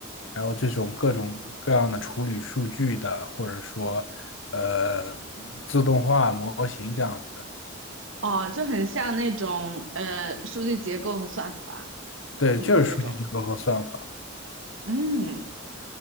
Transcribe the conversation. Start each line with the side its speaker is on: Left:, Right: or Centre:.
Left: 还有这种各种各样的处理数据的，或者说呃自动化模型这样子，
Right: 哦，就很像那种呃数据结构和算法，
Left: 对，
Right: 很多这种。
Left: 就是数据结构和算法。
Right: 嗯